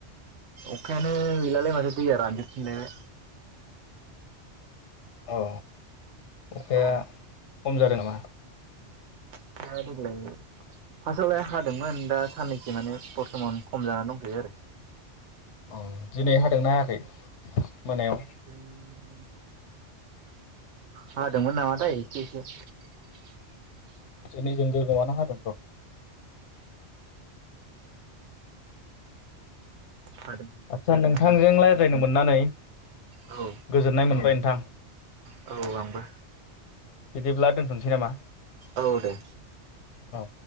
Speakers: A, on the right; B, on the left.
A: अखायानो गैलालै। <unintelligible> दैया रानजोबफिनलायबाय।
B: औ। अखाया
A: औ
B: खम जादों नामा?
A: अखाया देग्लाय फासावलाय हादोंमोन दा साननैखि माने बर्थमान खम जानानै दंथयो आरो
B: आ दिनै हादोंना हायाखै मोनायाव
A: उम हादोंमोन नामाथाय एसे एसे
B: जोंनिजों गोगोमानो हादोंथ
A: हादों
B: आदसा नोंथांजों रायज्लायनो मोननानै
A: औ
B: गोजोननाय मोनबाय नोंथां
A: औ आंबो
B: बिदिब्ला दोनथनोसै नामा
A: औ दे
B: औ